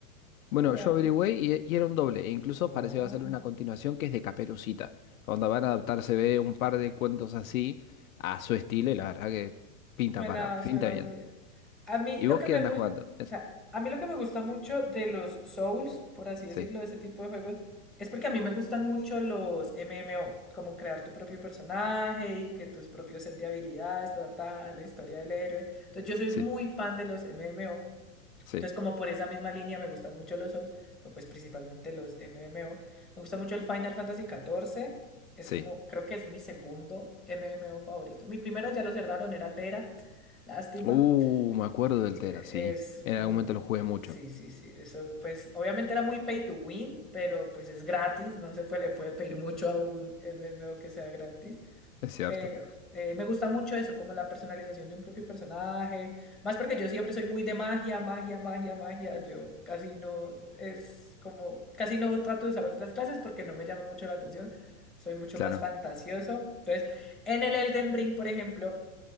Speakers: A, in the centre; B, on the left.
A: no,
B: Bueno,
A: vea,
B: yo
A: pues.
B: averigüé y, y era un doble. E incluso
A: Oh.
B: parece que va a hacerle una continuación que es de Caperucita. Donde van a adaptarse ve un par de cuentos así a su estilo y la verdad que pinta
A: Suena,
B: para, pinta
A: suena
B: bien.
A: muy bien. A mí
B: ¿Y
A: lo
B: vos
A: que
B: qué
A: me
B: andas
A: gusta,
B: jugando? ¿Es?
A: o sea, a mí lo que me gusta mucho de los Souls, por así decirlo,
B: Sí,
A: de este tipo de juegos, es porque a mí me gustan mucho los MMO, como crear tu propio personaje y que tus propios set de habilidades, trata la historia del héroe. Entonces yo soy
B: sí,
A: muy fan de los MMO
B: sí,
A: entonces, como por esa misma línea me gustan mucho los Souls, pero pues principalmente los MMO. Me gusta mucho el Final Fantasy catorce. Es
B: sí.
A: como, creo que es mi segundo MMO favorito. Mi primero ya lo cerraron, era Tera. Lástima.
B: Uh, me acuerdo del
A: Eh,
B: Tera, sí.
A: Es
B: En
A: un...
B: algún momento
A: ju-
B: lo jugué mucho.
A: Sí, sí, sí. Eso, pues, obviamente era muy pay to win, pero pues es gratis. No se puede, le puede pedir mucho a un MMO que sea gratis.
B: Es cierto.
A: Pero eh, me gusta mucho eso, como la personalización de un propio personaje. Más porque yo siempre soy muy de magia, magia, magia, magia. Yo casi no es como, casi no trato de usar otras clases porque no me llama mucho la atención. Soy mucho
B: Claro.
A: más fantasioso. Entonces, en el Elden Ring, por ejemplo,